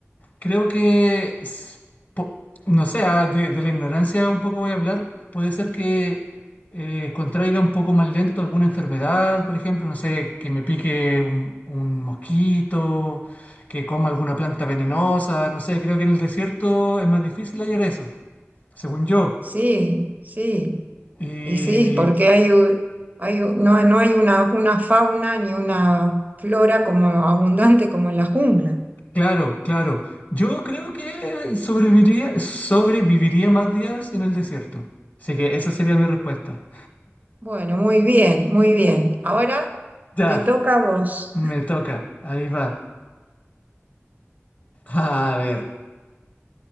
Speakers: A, on the left; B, on the right.
A: Creo que, s- po- no sé, ah, de, de la ignorancia un poco voy a hablar. Puede ser que eh, contraiga un poco más lento alguna enfermedad, por ejemplo, no sé, que me pique un, un mosquito, que coma alguna planta venenosa, no sé, creo que en el desierto es más difícil hallar eso, según yo.
B: Sí, sí.
A: Y
B: Y sí, porque hay, u- hay u- no, no hay una, una fauna ni una flora como abundante como en la jungla.
A: claro, claro, yo creo que sobreviviría, sobreviviría más días en el desierto. Así que esa sería mi respuesta.
B: Bueno, muy bien, muy bien. Ahora
A: Ya.
B: te toca a vos.
A: Me toca, ahí va. A ver.